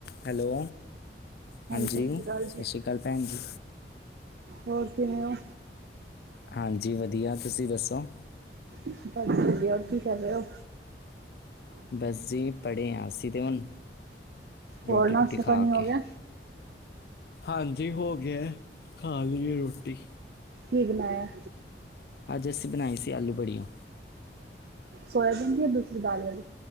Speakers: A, on the left; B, on the right.
A: Hello, ਹਾਂਜੀ
B: ਸਤਿ ਸ਼੍ਰੀ ਅਕਾਲ
A: ਸਤਿ
B: ਜੀ
A: ਸ਼੍ਰੀ ਅਕਾਲ ਭੈਣ ਜੀ।
B: ਹੋਰ ਕਿਵੇਂ ਔ?
A: ਹਾਂਜੀ ਵਧੀਆ, ਤੁਸੀਂ ਦੱਸੋ?
B: ਬਸ ਵਧੀਆ ਹੋਰ ਕੀ ਕਰ ਰਹੇ ਔ?
A: ਬਸ ਜੀ ਪੜ੍ਹੇ ਹਾਂ ਅਸੀਂ ਤੇ ਹੁਣ ਰੋਟੀ
B: ਹੋਰ ਨਾਸ਼ਤਾ
A: ਰੂਟੀ ਖਾ
B: ਪਾਣੀ
A: ਕੇ,
B: ਹੋ ਗਿਆ
A: ਹਾਂਜੀ, ਹੋ ਗਿਆ ਖਾ ਲਈਏ ਰੋਟੀ।
B: ਹੀ ਬਣਾਇਆ।
A: ਅੱਜ ਅਸੀਂ ਬਣਾਈ ਸੀ ਆਲੂ ਬੜੀਆਂ,
B: ਸੋਆਬੀਨ ਦੀ ਹੈ ਦੂਸਰੀ ਦਾਲ ਵਾਲੀ,